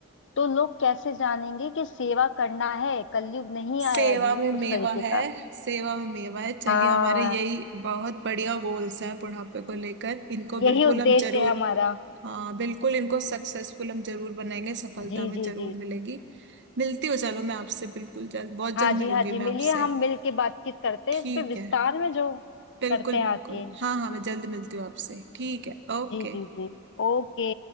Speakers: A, on the left (about 60°); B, on the right (about 55°).
A: तो लोग कैसे जानेंगे कि सेवा करना है कलयुग नहीं
B: सेवा
A: आया अभी
B: में
A: उस
B: मेवा
A: तरीके
B: है
A: का
B: सेवा में मेवा है चलिए
A: हाँ
B: हमारे यही बहुत बढ़िया गोल्स हैं बुढ़ापे को लेकर इनको
A: यही
B: बिल्कुल
A: उद्देश्य
B: हम जरूर
A: है हमारा
B: हाँ बिल्कुल इनको सक्सेसफुल हम जरूर बनाएंगे सफलता
A: जी
B: में
A: जी
B: जरूर
A: जी
B: मिलेगी मिलती हूँ चलो मैं आपसे बिल्कुल जल्द बहुत
A: हाँ
B: जल्द मिलूंगी
A: जी हाँ जी
B: मैं
A: मिलिए
B: आपसे
A: हम मिल के बातचीत करते
B: ठीक
A: हैं इस पे विस्तार
B: है
A: में जो
B: बिल्कुल
A: करते हैं
B: बिल्कुल
A: आके
B: हाँ हाँ मैं जल्द मिलती हूँ आपसे ठीक है ओके
A: जी जी जी ओके